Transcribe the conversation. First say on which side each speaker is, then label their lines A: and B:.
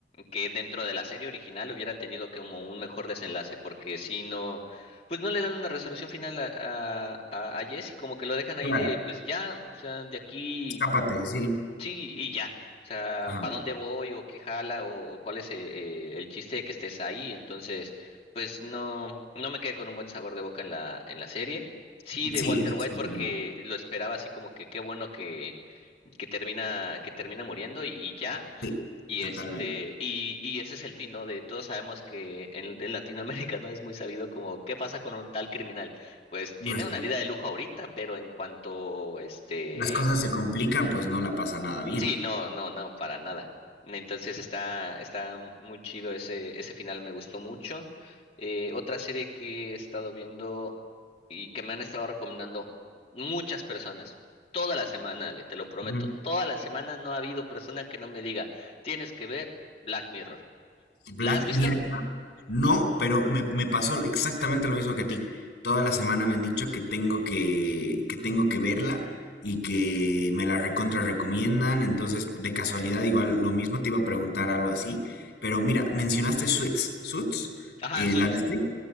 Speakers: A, on the left; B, on the left.
A: que dentro de la serie original hubiera tenido como un mejor desenlace, porque si no, pues no le dan una resolución final a, a, a, a Jesse, como que lo dejan ahí
B: Claro,
A: de pues ya, o sea, de aquí.
B: escápate, sí.
A: Sí, y ya. O sea,
B: Ajá.
A: ¿para dónde voy o qué jala o, o cuál es eh, eh, el chiste de que estés ahí? Entonces, pues no, no me quedé con un buen sabor de boca en la, en la serie. Sí, de
B: Sí,
A: Walter
B: eso
A: White
B: sí
A: porque
B: es verdad.
A: lo esperaba así como que qué bueno que, que termina, que termina muriendo y, y ya.
B: Sí,
A: Y
B: totalmente.
A: este, y, y ese es el fin, ¿no? De todos sabemos que en, en Latinoamérica <laughs> no es muy sabido como qué pasa con un tal criminal. Pues
B: Pues
A: tiene una
B: sí.
A: vida de lujo ahorita, pero en cuanto este
B: las cosas se complican, pues no la pasa nada bien.
A: Sí, no, no, no, para nada. Entonces está, está muy chido ese, ese final, me gustó mucho. Eh, otra serie que he estado viendo y que me han estado recomendando muchas personas, toda la semana, Ale, te lo prometo,
B: Ujú.
A: toda la semana no ha habido persona que no me diga, tienes que ver Black Mirror. ¿La
B: Black,
A: has visto?
B: mira, no, pero me, me pasó exactamente lo mismo que a ti. Toda la semana me han dicho que tengo que, que tengo que verla y que me la recontra recomiendan. Entonces, de casualidad, igual lo mismo te iba a preguntar algo así. Pero mira, mencionaste Suits. Suits,
A: Ajá,
B: eh,
A: Suits.
B: ¿la viste?